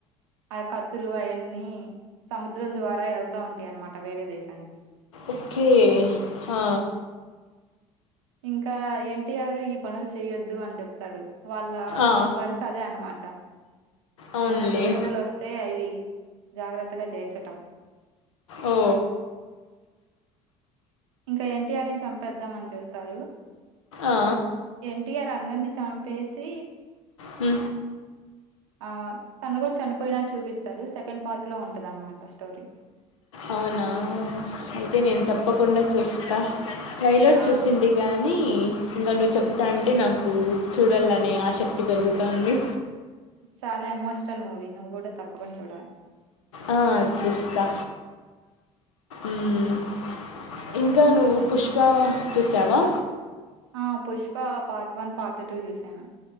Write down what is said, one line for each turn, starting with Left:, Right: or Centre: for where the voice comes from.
Right: ఆ కత్తులు అయన్నీ సము ముద్రం ద్వారా ఎళ్తా ఉంటాయి అనమాట వేరే దేశానికి
Left: ఓకే హా
Right: ఇంకా ఎన్ టి ఆర్ ఈ పనులు చెయొద్దు అని చెప్తాడు వాళ్ళ
Left: ఆ!
Right: వరకు అదే అనమా ట
Left: అవునులే.
Right: ఏమనా దుండగులు వస్తే అవి జాగ్రత్తగా జేర్చటం
Left: ఓ
Right: ఇంకా ఎన్ టి ఆర్ ని చంపేద్దాం అని చూస్తారు
Left: ఆ!
Right: ఎన్ టి ఆర్ అందరినీ చంపేసి
Left: హు
Right: ఆ తను కూడా చనిపోయినా చూపిస్తారు సెకండ్ పార్ట్ లో ఉంటదనమాట స్టోరీ
Left: అవునా అయితే నేను
Right: హ్మ్.
Left: తప్పకుండా చూస్ క ట్రైలర్
Right: ఆ
Left: చూసింది గానీ ఇంకా నువ్వు చెప్తా అంటే నాకు చూడాలనే ఆసక్తి పెరుగుతా ఉంది
Right: చాలా ఎమోషనల్ మూవీ నువ్వు కూడా తప్పకుండా చూడాలి
Left: ఆ చూస్తా మ్మ్ ఇంకా నువ్వు పుష్ప చూసావా
Right: ఆ Pushpa part one part two చూసాను